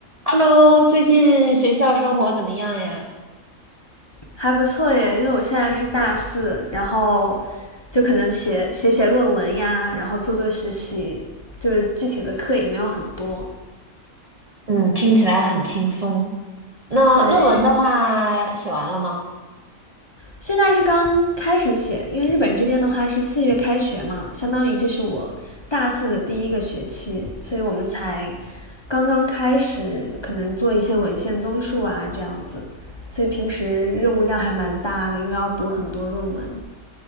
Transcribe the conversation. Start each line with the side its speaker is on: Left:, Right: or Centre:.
Right: Hello，最近学校生活怎么样呀？
Left: 还不错耶，因为我现在是大四，然后就可能写写写论文呀，然后做做实习，就是具体的课也没有很多。
Right: 嗯，听起来很轻松。那论文的话，
Left: 对，
Right: 写完了吗？
Left: 现在是刚开始写，因为日本这边的话是四月开学嘛，相当于这是我大四的第一个学期，所以我们才刚刚开始，可能做一些文献综述啊这样子，所以平时任务量还蛮大的，因为要读很多论文。